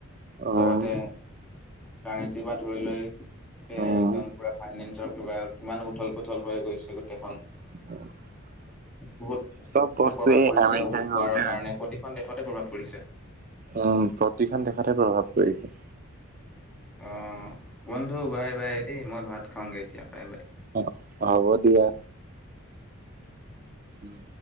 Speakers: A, on the right; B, in the centre.
A: উম
B: চবতে। কাৰেঞ্চি বা ধৰি লৈ তে
A: উম
B: একদম পুৰা ফাইনেন্সৰ। কা আৰু কিমানো উথল-পুথল হৈ গৈছে গোটেইখন।
A: <inaudible>
B: বহুত
A: চব
B: মানে
A: বস্তু
B: প্ৰভাৱ
A: এই
B: পৰিছে
A: আমেৰিকাই কৰোতে
B: ৱাৰৰ কাৰণে, প্ৰতিখন দেশতে প্ৰভাৱ পৰিছে।
A: অ, প্ৰতিখন দেশতহে প্ৰভাৱ পৰিছে।
B: অ, বন্ধু বাই-বাই দেই মই ভাত খাওগে এতিয়া বাই - বাই।
A: অ, হ'ব দিয়া। উম,